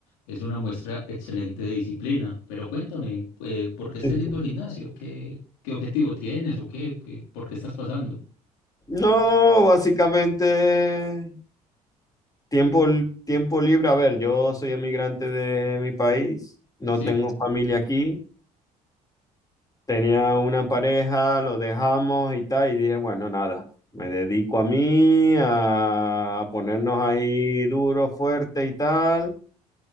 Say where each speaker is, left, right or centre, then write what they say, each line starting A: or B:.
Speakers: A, on the left; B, on the left.
A: es una muestra excelente de disciplina. Pero cuéntame, eh, ¿por qué estás
B: Sí,
A: yendo
B: sí.
A: al gimnasio? ¿Qué, qué objetivo tienes o qué, qué? ¿Por qué estás pasando?
B: No, básicamente Tiempo, tiempo libre, a ver, yo soy emigrante de mi país, no
A: Sí,
B: tengo familia aquí, tenía una pareja, lo dejamos y tal, y dije, bueno, nada, me dedico a mí, a, a ponernos ahí duro, fuerte y tal,